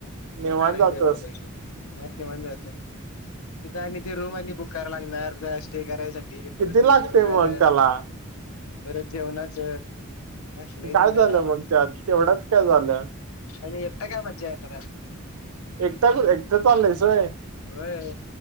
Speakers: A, on the left; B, on the right.
A: कुठन
B: निवांत
A: आणायचं
B: जातोस
A: एवढं पैसे? नाही निवांत जायचं, तिथ आणि ते रूम आणि बुक करायला लागणार रश ते करायसाठी हे परत
B: किती
A: ते
B: लागते
A: जेवणाच
B: मग त्याला
A: परत जेवणाच लई
B: काय
A: झंझट
B: झालं
A: आहे बाबा
B: मग त्यात, तेवढाच काय झालं
A: आणि... एकटा काय मजा येणार आहे.
B: एकटा.. एकटाच आलास व्हय
A: होय